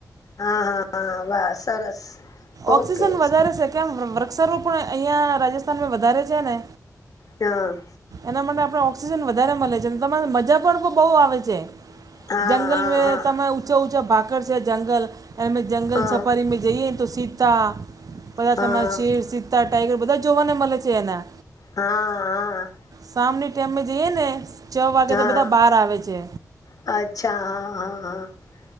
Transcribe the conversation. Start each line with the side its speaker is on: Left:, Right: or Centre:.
Left: હા, હા, હા, વાહ સરસ.
Right: ઓક્સિજન
Left: ઓકે
Right: વધારે છે, કેમ? વૃક્ષારોપણ અહીંયા રાજસ્થાનમાં વધારે છે ને.
Left: હા.
Right: એના માટે આપણે ઓઑક્સિજન વધારે મળે છે, અને તમારી મજા પણ બહુ આવે છે.
Left: હા
Right: જંગલ
Left: હા હા
Right: મે તમે ઊચા-ઊચા ભાકર છે, જંગલ જંગલ
Left: હા
Right: છપરી મે જઈએ ને. તો સીતા બધા
Left: હા
Right: તમારા શર
Left: હા
Right: સીતા ટાઈગર બધા જોવાને મળે છે એના.
Left: હા, હા.
Right: સામની ટાઈમમાં જઈએ ને, છ વાગે
Left: હા
Right: તો બધા બહાર આવે છે.
Left: અચ્છા, હા, હા, હા,